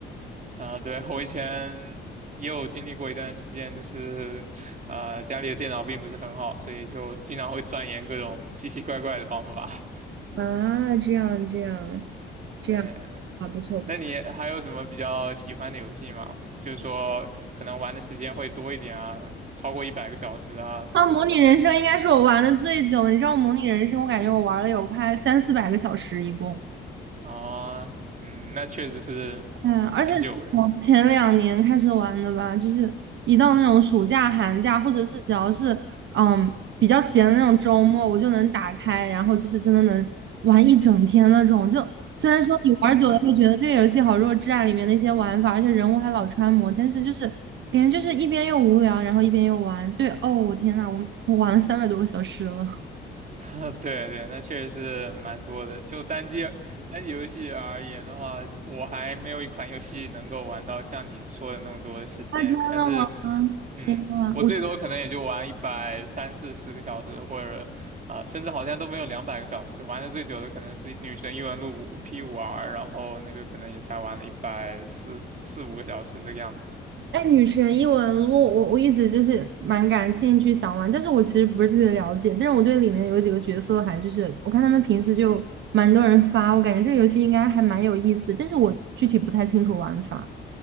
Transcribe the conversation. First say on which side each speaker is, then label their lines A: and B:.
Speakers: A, on the right; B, on the right.
A: 啊、对，我以前也有经历过一段时间，就是呃家里的电脑并不是很好，所以就经常会钻研各种 <laughs> 奇奇怪怪的方法。
B: 啊！这样这样
A: <laughs>
B: 这样啊，
A: 对，
B: 不错不错。
A: 那你还有什么比较喜欢的游戏吗？就是说可能玩的时间会多一点啊，超过一百个小时啊什么的
B: 啊，模拟人生应该是我玩的最久，你知道模拟人生，我感觉我玩了有快三四百个小时一共。
A: 啊，嗯，那确实是蛮久的。
B: 嗯，而且是从前两年开始玩的吧，就是一到那种暑假、寒假，或者是只要是嗯比较闲的那种周末，我就能打开，然后就是真的能玩一整天那种。就虽然说你玩久了会觉得这个游戏好弱智啊，里面的一些玩法，而且人物还老穿模，但是就是感觉就是一边又无聊，然后一边又玩。对，哦，我天呐，我我玩了三百多个小时了。<laughs>
A: <laughs> 对对，那确实是蛮多的。就单机单机游戏而言的话，我还没有一款游戏能够玩到像你说的那么多的时间。
B: 啊，真的吗？
A: 但是嗯，
B: 天呐，
A: 我最多可能也就玩一百三四十个小时，
B: 我。
A: 或者啊、甚至好像都没有两百个小时。玩的最久的可能是《女神异闻录五》P 五 R，然后那个可能也才玩了一百四四五个小时这个样子。
B: 哎，女神异闻录，我我一直就是蛮感兴趣想玩，但是我其实不是特别了解，但是我对里面有几个角色还就是我看他们平时就蛮多人发，我感觉这个游戏应该还蛮有意思，但是我具体不太清楚玩法。